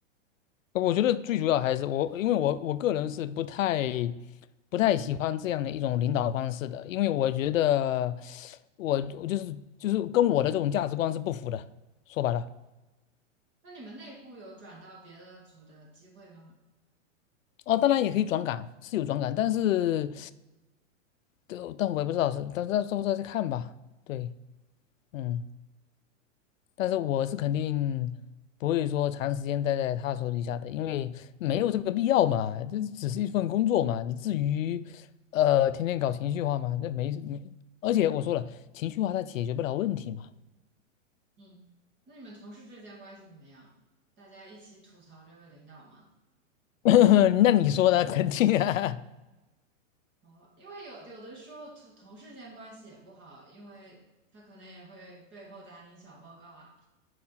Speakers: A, on the left; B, on the right.
A: 呃我觉得最主要还是我，因为我我个人是不太不太喜欢这样的一种领导方式的，因为我觉得我我就是就是跟我的这种价值观是不符的。说白了，
B: 那你们内部有转到别的组的机会吗？
A: 哦，当然也可以转岗，是有转岗，但是但但我也不知道是，但是到时候再看吧。对。嗯，但是我是肯定不会说长时间待在他手底下的，因为没有这个必要嘛，这只是一份工作嘛，你至于呃天天搞情绪化嘛，那没没，而且我说了，情绪化它解决不了问题嘛，
B: 嗯，那你们同事之间关系怎么样？大家一起吐槽这个领导吗？
A: <laughs> 那你说呢？<laughs> 肯定啊，
B: 哦，因为有有的时候同同事间关系也不好，因为他可能也会背后打你小报告啊。